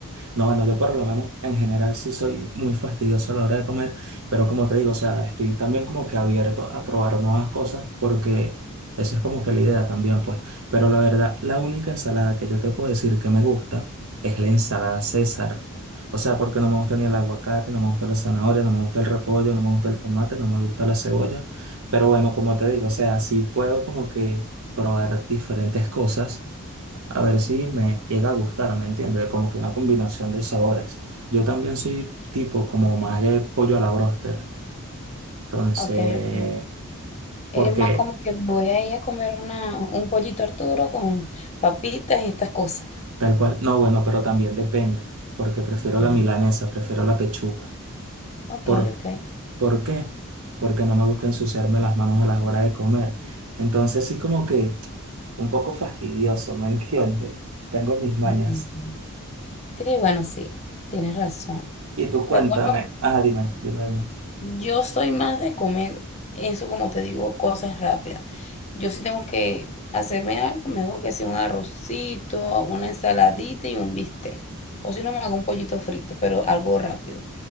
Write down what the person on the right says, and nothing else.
No, bueno, yo por lo menos en general sí soy muy fastidioso a la hora de comer, pero como te digo, o sea, estoy también como que abierto a probar nuevas cosas porque esa es como que la idea también, pues. Pero la verdad, la única ensalada que yo te puedo decir que me gusta es la ensalada César. O sea, porque no me gusta ni el aguacate, no me gusta la zanahoria, no me gusta el repollo, no me gusta el tomate, no me gusta la cebolla. Pero bueno, como te digo, o sea, sí puedo como que probar diferentes cosas a ver si me llega a gustar, ¿me entiendes? Como que una combinación de sabores. Yo también soy tipo como
más de pollo a la bróster. Entonces,
porque
tal cual, no, bueno, pero también depende, porque prefiero la
milanesa, prefiero la pechuga.
¿Por,
por qué? Porque no me gusta ensuciarme las manos a las horas de comer. Entonces, sí como que un poco fastidioso, ¿me entiendes? Tengo mis mañas.
Y tú cuéntame,
ah, dime, dime, dime.